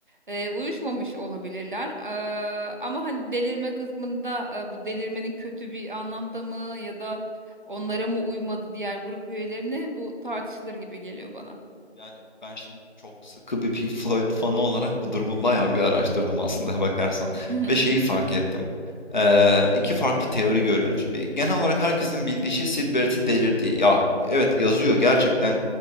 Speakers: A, on the right; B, on the left.
A: E, uyuşmamış olabilirler. E, ama hani delirme kısmında e, bu delirmenin kötü bir anlamda mı ya da onlara mı uymadı diğer grup üyelerine bu tartışılır gibi geliyor bana.
B: Yani ben şimdi çok sıkı bir Pink Floyd fanı olarak bu durumu bayağı bir araştırdım aslında <laughs> bakarsan.
A: <laughs>
B: Ve şeyi fark ettim. Ee, iki farklı teori görüyorum şimdi. Genel olarak herkesin bildiği şey Syd Barrett'ın delirdiği. Ya evet yazıyor gerçekten.